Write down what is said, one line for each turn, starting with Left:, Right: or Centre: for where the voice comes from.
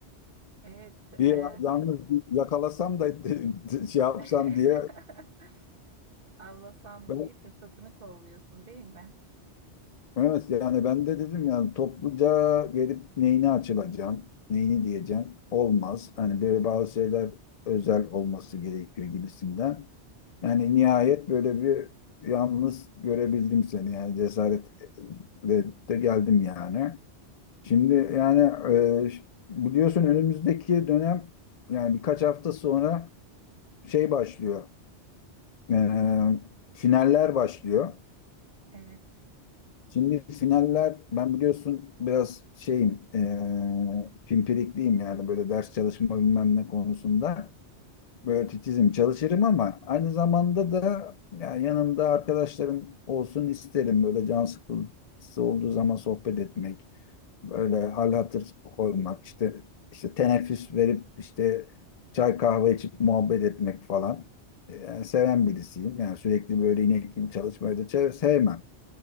Right: Evet. e,
Left: Bir yalnız yakalasam da <laughs> şey yapsam
Right: <laughs>
Left: diye
Right: Avlasam
Left: ben
Right: diye fırsatını kolluyorsun değil mi?
Left: Evet yani ben de dedim yani topluca gelip neyini açılacağım, neyini diyeceğim olmaz. Hani böyle bazı şeyler özel olması gerekiyor gibisinden. Yani nihayet böyle bir yalnız görebildim seni yani cesaretle de geldim yani. Şimdi yani e, ş- biliyorsun önümüzdeki dönem yani birkaç hafta sonra şey başlıyor. E, finaller başlıyor.
Right: Evet.
Left: Şimdi finaller ben biliyorsun biraz şeyim eee pimpirikliyim yani böyle ders çalışma bilmem ne konusunda böyle titizim çalışırım ama aynı zamanda da yani yanımda arkadaşlarım olsun isterim böyle can sıkıntısı olduğu zaman sohbet etmek böyle hal hatır koymak işte işte teneffüs verip işte çay kahve içip muhabbet etmek falan yani seven birisiyim yani sürekli böyle inek gibi çalışmayı da çe- sevmem.